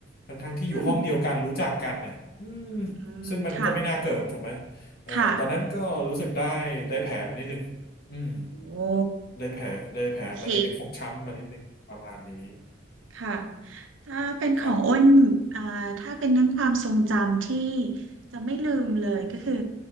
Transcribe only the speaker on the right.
อืมอืมอืมค่ะ
ค่ะ โอ้
โอเคค่ะ ถ้าเป็นของอ้นอ่าถ้าเป็นเรื่องความทรงจำที่
จะไม่ลืมเลยก็คือ